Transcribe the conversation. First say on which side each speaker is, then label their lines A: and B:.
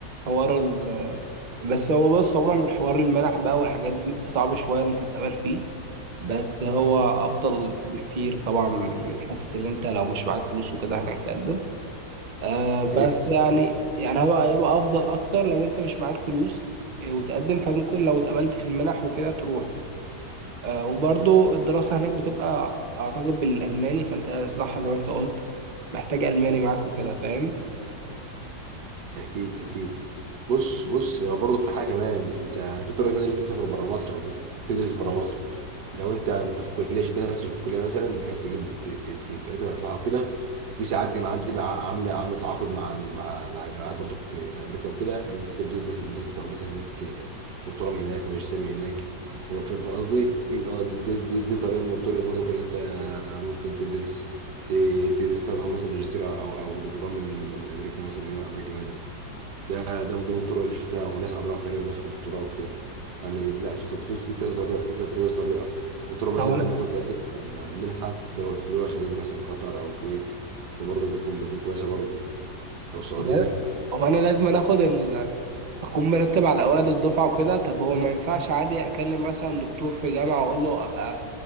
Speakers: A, on the right; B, on the right.
A: حوار ال بس هو بص عموما حوار المنح بقى والحاجات دي بيبقى صعب شوية إن انت تتقبل فيه بس هو افضل بكتير طبعا من حتة اللي انت لو مش معاك فلوس وكده هناك تقدم آه بس
B: هي
A: يعني يعني هو هيبقى افضل اكتر لو انت مش معاك فلوس آه، وتقدم فممكن لو اتقبلت في المنح وكده تروح آه وبرضو الدراسة هناك بتبقى اعتقد بالالماني فانت صح زي ما انت قلت محتاج الماني معاك وكده فاهم
B: اكيد اكيد بص بص هو برضه في حاجه كمان انت يعني في طريقه ثانيه اللي انت تسافر بره مصر او تدرس بره مصر لو انت انت في كليه شد نفسك في الكليه مثلا بحيث تجيب ت- ت- ت- ترتب على الدفعه وكده في ساعات جامعات بتبقى عامله عامله تعاقد مع مع مع جامعات برضو في امريكا وكده ان انت بتدرس بتدرس تاخد مثلا هناك دكتوراه من هناك ماجستير من هناك فبقى- في في قصدي في اه دي, دي, دي, دي طريقه من الطرق برضو ان انت ممكن تدرس ت- تدرس تاخد مثلا ماجستير او او أو دكتوراه من من من امريكا مثلا جامعه امريكا مثلا ده ده من ضمن الطرق اللي شفتها وناس عملوها فعلا وناس خدوا دكتوراه وكده فيعني لا في في في كذا طريقه في كذا في كذا طريقه في طرق مثلا
A: هو
B: انت ممكن تقدم على منحه في دوت في دول الخليج مثلا قطر او الكويت ده برضه بيكون بيكون كويسه برضه او السعوديه
A: هو هو انا لازم أنا اخد ال... اكون مرتب على اوائل الدفعه وكده طب هو ما ينفعش عادي اكلم مثلا دكتور في جامعه واقول له ابقى